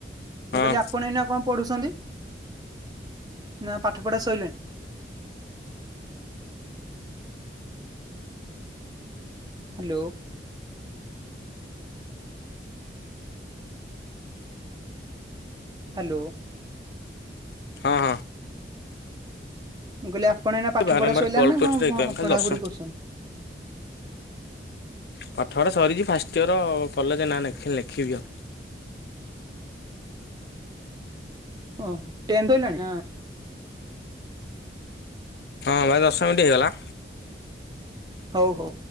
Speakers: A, on the left; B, on the right.
A: ହଁ
B: ମୁଁ କହିଲି ଆପଣ ଏଇନା କଣ ପଢ଼ୁଛନ୍ତି ନା ପାଠ ପଢ଼ା ସଇଲାଣି? ହ୍ୟାଲୋ। ହ୍ୟାଲୋ।
A: ହଁ ହଁ।
B: କହିଲେ ଆପଣ ଏଇନା ପାଠ
A: ବାରମ୍ବାର
B: ପଢା ସରିଲାଣି
A: କଲ୍
B: ନା
A: କରୁଛି ତ
B: କଣ
A: ଏଇଥିପାଇଁ ଖାଲି
B: ପଢାପଢି
A: ଦଶ
B: କରୁଛନ୍ତି?
A: ପାଠପଢ଼ା ସରିକି ଫାଷ୍ଟ ଇୟର କଲେଜ ନାଁ ନେଖା ଲେଖିବି ଆଉ।
B: ଓହ ଟେନ୍ଥ ସଇଲାନି?
A: ହଁ ଭାଇ ଦଶ ମିନିଟ୍ ହେଇଗଲା।
B: ହଉ।